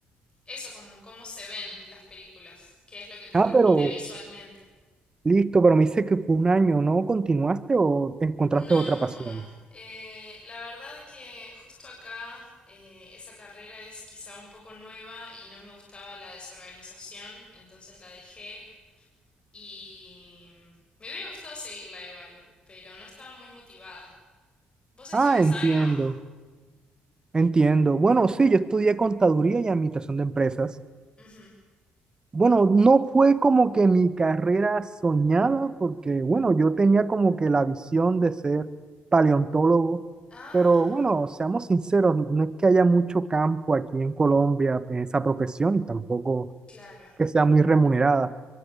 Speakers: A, on the left; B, on the right.
A: eso, como cómo se ven las películas, qué es lo que te
B: Ah,
A: transmite
B: pero
A: visualmente.
B: listo, pero me dice que fue un año, ¿no continuaste o encontraste
A: No,
B: otra pasión?
A: eh, la verdad que justo acá eh, esa carrera es quizá un poco nueva y no me gustaba la desorganización, entonces la dejé. Y me hubiera gustado seguirla igual, pero no estaba muy motivada. ¿Vos estudias
B: Ah, entiendo,
A: algo?
B: entiendo. Bueno, sí, yo estudié contaduría y administración de empresas.
A: Ujú.
B: Bueno, no fue como que mi carrera soñada, porque bueno, yo tenía como que la visión de ser paleontólogo,
A: Ah,
B: pero bueno, seamos sinceros, no es que haya mucho campo aquí en Colombia en esa profesión y tampoco
A: claro.
B: que sea muy remunerada.